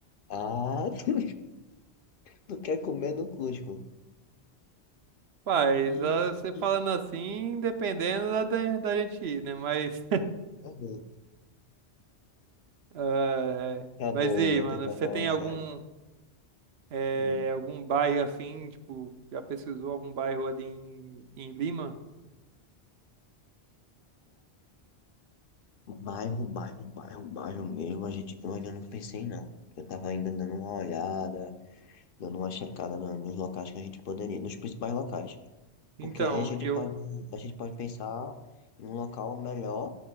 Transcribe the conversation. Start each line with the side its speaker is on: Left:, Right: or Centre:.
Left: Ah, <laughs> tu tu quer comer no Cusco.
Right: Paz,
Left: Ih,
Right: ah, você
Left: <laughs>
Right: falando assim, dependendo da, da, da gente ir, né? Mas,
Left: meu Deus.
Right: <laughs> ah, é.
Left: Tá
Right: mas
Left: bom,
Right: e aí,
Left: vou
Right: mano,
Left: tentar
Right: você
Left: falar
Right: tem
Left: sério.
Right: algum, eh,
Left: Hum.
Right: algum bairro assim, tipo, já pesquisou algum bairro ali em, em Lima?
Left: O bairro, bairro, bairro, bairro mesmo, a gente que eu ainda não pensei não. Eu tava ainda dando uma olhada, dando uma checada no- nos locais que a gente poderia, nos principais locais.
Right: Então,
Left: Porque aí a gente
Right: eu,
Left: pode, a gente pode pensar em um local melhor